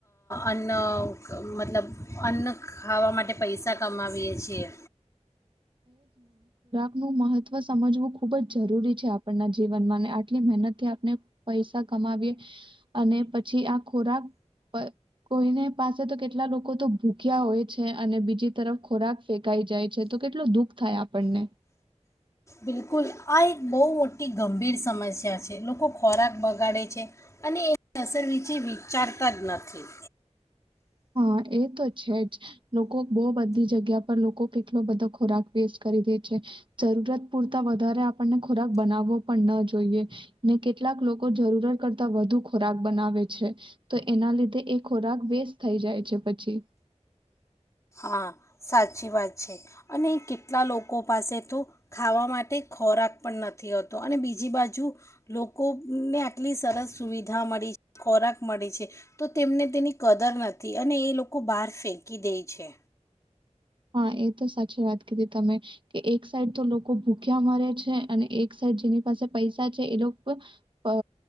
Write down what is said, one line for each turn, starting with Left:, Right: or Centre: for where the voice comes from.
Left: અન્ન મતલબ અન્ન ખાવા માટે પૈસા કમાવીએ છીએ
Right: નું મહત્વ સમજવું ખુબ જ જરૂરી છે આપણના જીવનમાં અને આટલી મહેનત થી આપણે પૈસા કમાવીએ અને પછી આ ખોરાક કોઈને પાસે તો કેટલા લોકો તો ભૂખ્યા હોય છે અને બીજી તરફ ખોરાક ફેંકાઈ જાય છે તો દુઃખ થાય આપણને
Left: બિલકુલ આ એક બહુ મોટી ગંભીર સમસ્યા છે લોકો ખોરાક બગાડે છે અને એની અસર વિશે વિચારતા જ નથી
Right: હા એ તો છે જ લોકો બહુ બધી જગ્યા પર લોકો કેટલો બધો ખોરાક વેસ્ટ કરી દે છે જરૂરત પૂરતા વધારે આપણને ખોરાક બનાવવો પણ ન જોઈએ ને કેટલાક લોકો જરૂરત કરતા વધુ ખોરાક બનાવે છે તો એના લીધે એ ખોરાક વેસ્ટ થઈ જાય છે પછી
Left: હા સાચી વાત છે અને કેટલા લોકો પાસે તો ખાવા માટે ખોરાક પણ નથી હોતો અને બીજી બાજુ લોકોને આટલી સરસ સુવિધા મળી ખોરાક મળી છે તો તેમને તેની કદર નથી અને એ લોકો બહાર ફેંકી દે છે છે
Right: હા એ તો સાચી વાત કીધી તમે કે એક સાઈડ તો લોકો ભૂખ્યા મરે છે અને એક સાઈડ જેની પાસે પૈસા છે એ લોકો અ